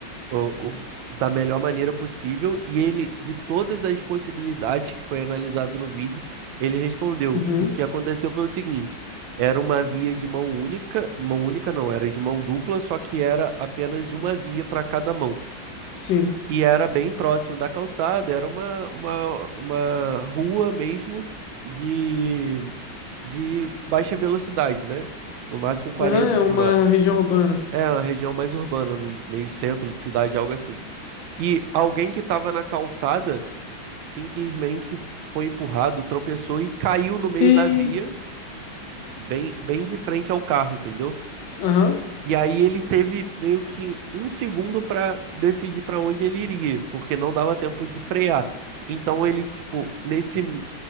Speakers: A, on the right; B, on the left.
A: o- o- da melhor maneira possível. E ele, de todas as possibilidades que foi analisado no vídeo, ele respondeu:
B: Uhum,
A: o que aconteceu foi o seguinte: era uma via de mão única, mão única não, era de mão dupla, só que era apenas uma via para cada mão.
B: sim.
A: E era bem próximo da calçada, era uma, uma, uma rua mesmo de, de baixa velocidade, né? No máximo 40
B: Aham, é uma
A: por hora.
B: região urbana.
A: É uma região mais urbana, no meio centro de cidade, algo assim. E alguém que estava na calçada simplesmente foi empurrado, tropeçou e caiu no meio
B: E,
A: da via, bem, bem de frente ao carro, entendeu?
B: aham,
A: E aí ele teve meio que um segundo para decidir para onde ele iria, porque não dava tempo de frear. Então ele, tipo, nesse m-